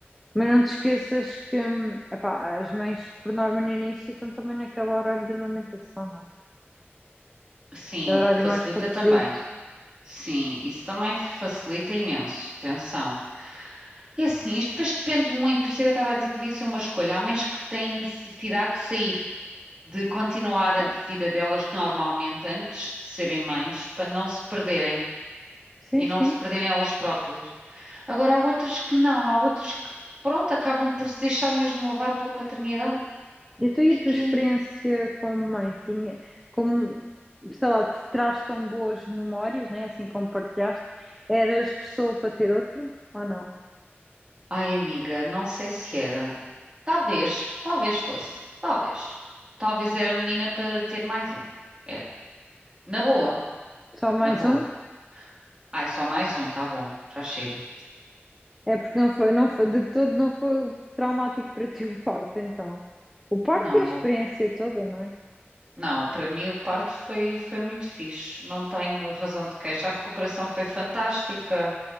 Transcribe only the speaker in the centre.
Mas não te esqueças que, hum, epá, as mães, por norma, no início estão também naquele horário da amamentação, não é?
É o
horário
mais reduzido.
Ok.
Sim,
sim.
E tu e
a tua
experiência como mãe? Tinha, como, sei lá, te traz tão boas memórias, né? Assim como partilhaste. Eras pessoa para ter outro ou não?
Só mais
um?
É porque não foi, não foi, de todo não foi traumático para ti o parto, então. O parto
e a
experiência toda, não é?